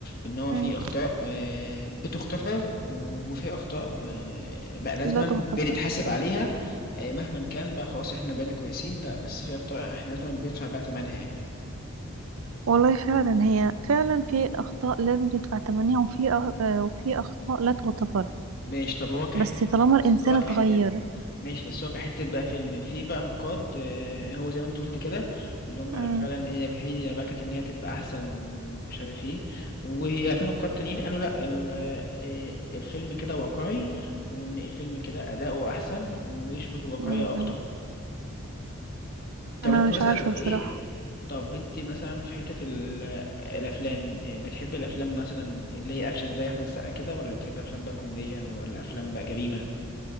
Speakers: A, on the left; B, on the right.
A: ان هو
B: مم.
A: في اخطاء آه، بتغتفر وفي اخطاء آه، بقى لازما
B: لا تغتفر
A: بنتحاسب عليها آه، مهما كان بقى خلاص احنا بقينا كويسين لا بس في اخطاء احنا لازما بندفع بقى ثمنها يعني
B: والله فعلا هي فعلا في اخطاء لازم تدفع ثمنها وفي أ- آه، وفي اخطاء لا تغتفر
A: ماشي طب هو كحته
B: بس طالما
A: بس
B: الانسان
A: هو
B: اتغير
A: كحته ماشي بس هو كحتة بقى فيلم في بقى نقاد آه، هو زي ما انت قلت كده اللي هم
B: مم.
A: قالوا فعلا هي هي بكت ان هي تبقى احسن ومش عارف ايه وهي في نقاد تانيين قالوا لا ال- آه، الفيلم كده واقعي وان الفيلم كده اداؤه احسن ويشبه الواقعية
B: مم.
A: اكتر
B: مم.
A: طب
B: انا
A: انت
B: مش
A: مثلا
B: عارفة
A: ايه
B: بصراحة
A: طب انت مثلا في حتة ال- الافلام آه، بتحب الافلام مثلا اللي هي اكشن زي احمد السقا كده ولا بتحب افلام بقى كوميدية ولا افلام بقى جريمة